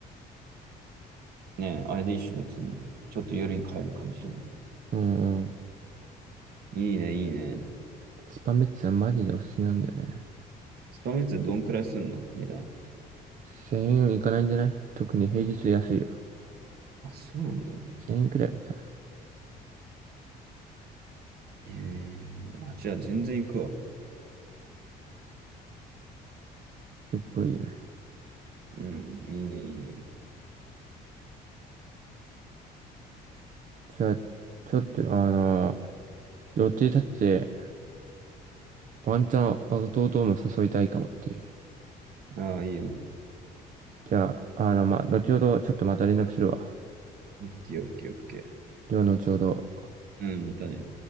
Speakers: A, on the right; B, on the right.
A: ね、あれでいいっしょ、別に。ちょっと夜に帰る感じでも。
B: うんうん。
A: いいね、いいね。
B: スパメッツはマジでおすすめなんだよね。
A: スパメッツどんくらいすんの値段。
B: 1000円いかないんじゃない特に平日安いよ。
A: あ、そうなんだ。
B: 1000円くらいだ。
A: ええあ、じゃあ全然行くわ。
B: 結構いいよね。
A: うん、いいね、いいね。
B: じゃあ、ちょっと、あのー予定立ってて、ワンチャン弟も誘いたいかもっていう。
A: ああ、いいよ。
B: じゃあ、あの、まあ、後ほどちょっとまた連絡するわ。
A: オッケー、オッケー、オッケー。
B: 量のちょうど。
A: うん、またね。